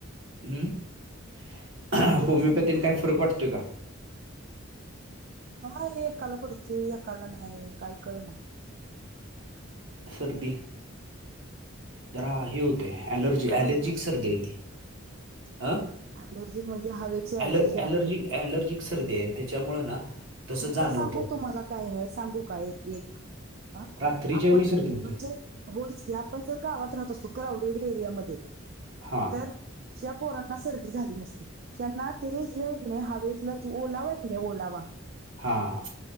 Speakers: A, on the right; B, on the right.
A: हम्म
B: घेतलं
A: होमिओपॅथीन
B: घेतलं
A: काय फरक वाटतोय काय?
B: काय काला पडतो या काला नाही काही कळ नाही.
A: सर्दी जरा हे होते. अलर्जी
B: नाही एकाला
A: अलर्जी
B: पडतोय असं
A: सर्
B: होतं
A: द येते अ.
B: अलर्जिक म्हणजे हवेची
A: अल
B: आहे
A: अलर्जी अलर्जिक सर्दी आहे त्याच्यामुं ना. तसं
B: त्यांच
A: जाणवतं
B: सांगू तुम्हाला काय आहे सांगू काय एक. हा?
A: रात्रीच्या
B: आपण
A: वसरती होते.
B: म्हणजे होयच की आपण जर गावात राहत असतो कवलेली एरियामध्ये.
A: हा.
B: तर या पोरांना सर्दी झाली नसती. त्यांना ते या की नाही हवेतलंच ओलावा आहे की नाही ओला वा.
A: हां,